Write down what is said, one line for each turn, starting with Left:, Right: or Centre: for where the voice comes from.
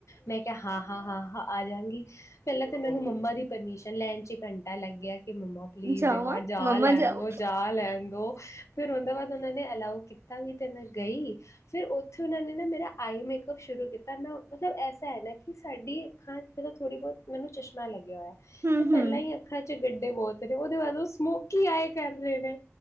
Left: ਮੈਂ ਕਿਹਾ ਹਾਂ ਹਾਂ ਹਾਂ ਹਾਂ ਆ ਜਾਗੀ ਪਹਿਲਾਂ ਤੇ ਮੈਨੂੰ ਮੰਮਾ ਦੀ ਪਰਮਿਸ਼ਨ ਲੈਣ ਚ ਘੰਟਾ ਲੱਗ ਗਿਆ ਕਿ ਮੰਮਾ ਪਲੀਜ਼
Right: ਜਾਵਾਂ
Left: ਯਾਰ ਜਾ
Right: ਮੰਮਾ
Left: ਲੈਣ
Right: ਜਾਓ
Left: ਦਿਉ ਜਾ ਲੈਣ ਫਿਰ ਉਹਦਾ ਬਾਅਦ ਉਹਨਾਂ ਨੇ ਅਲਾਓ ਕੀਤਾ ਵੀ ਤੇ ਮੈਂ ਗਈ ਫਿਰ ਉੱਥੇ ਉਹਨਾਂ ਨੇ ਨਾ ਮੇਰਾ ਆਈ ਮੇਕਅਪ ਸ਼ੁਰੂ ਕੀਤਾ ਮੈਂ ਮਤਲੱਬ ਐਸਾ ਹੈ ਨਾ ਕਿ ਸਾਡੀ ਅੱਖਾਂ ਚ ਮਲਬ ਥੋੜ੍ਹੀ ਬਹੁਤ ਮੈਨੂੰ ਚਸ਼ਮਾ ਲੱਗਿਆ ਹੋਇਆ
Right: ਹੂੰ
Left: ਤੇ ਪਹਿਲਾਂ
Right: ਹੂੰ
Left: ਹੀ ਅੱਖਾਂ ਗੱਡੇ ਬਹੁਤ ਤੇ ਉਹਦੇ ਬਾਅਦ ਉਹ ਸਮੋਕੀ ਆਏ ਕਰ ਰਹੇ ਨੇ